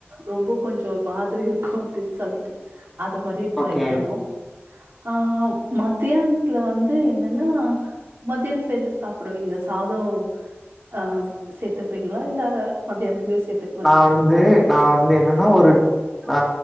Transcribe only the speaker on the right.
ரொம்ப கொஞ்சோ மாதிரி இருக்கு அப்டின்னு சொல்லிட்டு அது மாதிரி ட்ரை
பண்ணோ ஆ மத்தியானத்துல வந்து என்னன்னா மதியத்துல என்ன சாப்பிடுவீங்க சாதம் ஆ சேத்துப்பீங்களா இல்ல மதியானத்துக்கு சேத்து